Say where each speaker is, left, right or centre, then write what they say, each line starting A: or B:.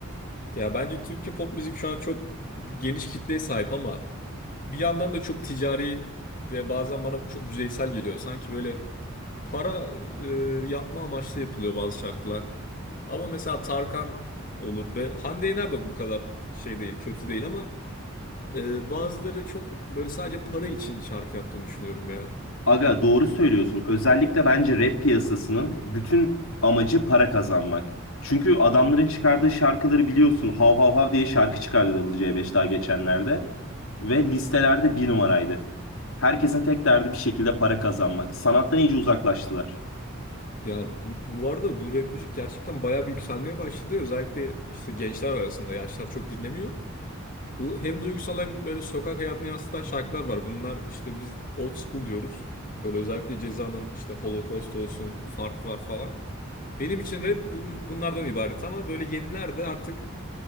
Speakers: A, on the left; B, on the left.
A: Ya bence Türkçe pop müzik şu an çok geniş kitleye sahip ama bir yandan da çok ticari ve bazen bana çok yüzeysel geliyor. Sanki böyle para e, yapma amaçlı yapılıyor bazı şarkılar. Ama mesela Tarkan olur ve Hande Yener de bu kadar şey değil, kötü değil ama e, bazıları çok böyle sadece para için şarkı yaptığını düşünüyorum ya.
B: Aga doğru söylüyorsun. Özellikle bence rap piyasasının bütün amacı para kazanmak. Çünkü adamların çıkardığı şarkıları biliyorsun. Hav hav hav diye şarkı çıkardı WC5 daha geçenlerde. Ve listelerde bir numaraydı. Herkesin tek derdi bir şekilde para kazanmak. Sanattan iyice uzaklaştılar.
A: Ya bu, bu arada bu rap müzik gerçekten bayağı bir yükselmeye başladı. Özellikle işte gençler arasında yaşlar çok dinlemiyor. Bu hem duygusal hem böyle sokak hayatını yansıtan şarkılar var. Bunlar işte biz old school diyoruz. Böyle özellikle Ceza'nın işte Holocaust olsun, Fark var falan. Benim için rap bun- bunlardan ibaret ama böyle yeniler de artık